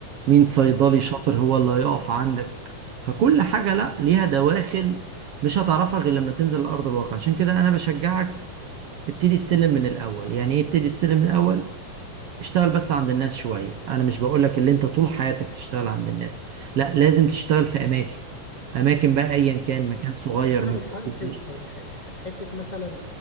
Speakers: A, on the right; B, on the left.
A: مين صيدلي شاطر هو اللي هيقف عندك فكل حاجة لا ليها دواخل مش هتعرفها غير لما تنزل لأرض الواقع عشان كده أنا بشجعك ابتدي السلم من الأول يعني إيه ابتدي السلم من الأول اشتغل بس عند الناس شوية أنا مش بقولك اللي أنت طول حياتك تشتغل عند الناس لا لازم تشتغل في أماكن أماكن بقى أيا كان مكان صغير
B: بس انا
A: مكان
B: مش حابب
A: كبير
B: ح- ح- ح- حته مثلا